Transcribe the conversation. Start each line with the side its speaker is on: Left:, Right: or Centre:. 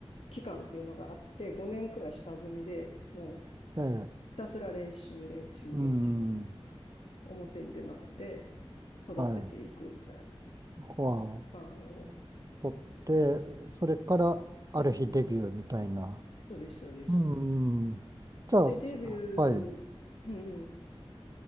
Left: 期間っていうのがあって、5年くらい下積みでもう
Right: ええ。
Left: ひたすら練習、練習、
Right: うん。
Left: 練習みたいな。表に出ないで育てていくみたいな期
Right: はい。はあ
Left: 間を。
Right: 取って、それからある日デビューみたいな。
Left: そう、そうです、そうです、
Right: うん、
Left: そうです。
Right: うん。じゃあ、
Left: で、
Right: すはい。
Left: デビュー、うんうん、